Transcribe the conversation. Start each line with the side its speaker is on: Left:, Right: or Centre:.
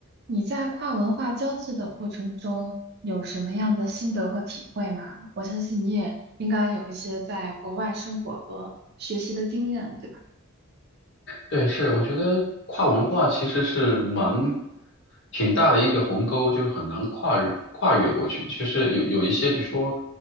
Right: 你在跨文化交际的过程中有什么样的心得和体会吗？我相信你也应该有一些在国外生活和学习的经验，对吧？
Left: 对，是，我觉得跨文化其实是蛮挺大的一个鸿沟，就是很难跨越跨越过去。就是有有一些，比如说